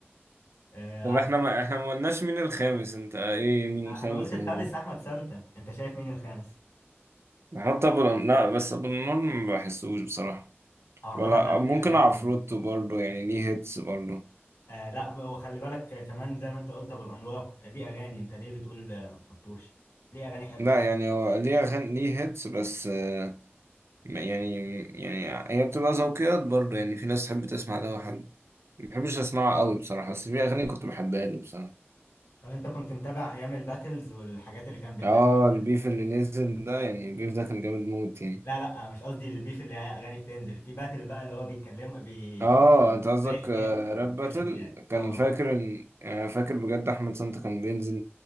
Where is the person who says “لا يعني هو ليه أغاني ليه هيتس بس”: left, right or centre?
Right